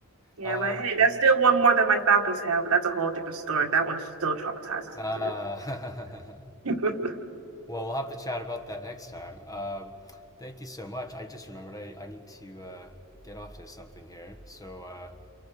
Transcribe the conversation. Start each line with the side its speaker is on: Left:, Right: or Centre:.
Right: Yeah,
Left: Um,
Right: but hey, that's still one more than my Falcons have, but that's a whole different story. That one still traumatizes
Left: uh,
Right: me to it.
Left: <laughs>
Right: <laughs>
Left: well, we'll have to chat about that next time. Um, thank you so much. I just remembered I, I need to uh, get off to something here. So uh,